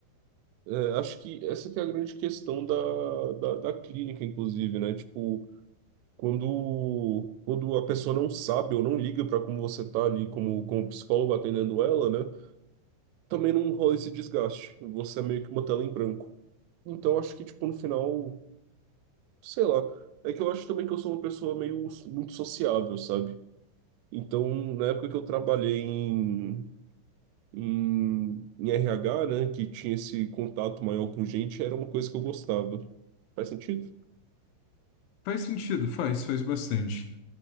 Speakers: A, on the right; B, on the left.
A: é, é, acho que essa que é a grande questão da, da, da clínica, inclusive, né? Tipo, quando, quando a pessoa não sabe ou não liga para como você tá ali como, como psicólogo atendendo ela, né? Também não rola esse desgaste. Você é meio que uma tela em branco. Então, acho que, tipo, no final, sei lá. É que eu acho também que eu sou uma pessoa meio muito sociável, sabe? Então, na época que eu trabalhei em em, em RH, né, que tinha esse contato maior com gente, era uma coisa que eu gostava. Faz sentido?
B: Faz sentido, faz, faz bastante.